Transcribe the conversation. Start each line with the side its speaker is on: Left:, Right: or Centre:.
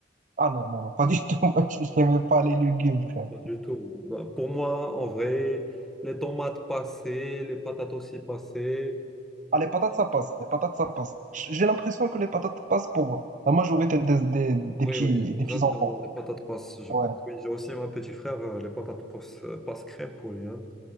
Right: Ah non, non, non, pas du tout. <laughs> Moi, J'aime pas les légumes, frère.
Centre: Pas du tout. Bah, Pour moi, en vrai, les tomates passaient, les patates aussi passaient.
Right: Ah, les patates, ça passe. Les patates, ça passe. <laughs> J'ai l'impression que les patates passent pour la majorité des, des, des
Centre: Oui,
Right: petits,
Centre: oui,
Right: des
Centre: exactement.
Right: petits enfants.
Centre: Les patates passent. je
Right: Ouais,
Centre: Oui, j'ai aussi ma petit frère, euh, les patates passent, passent crème pour lui. hein.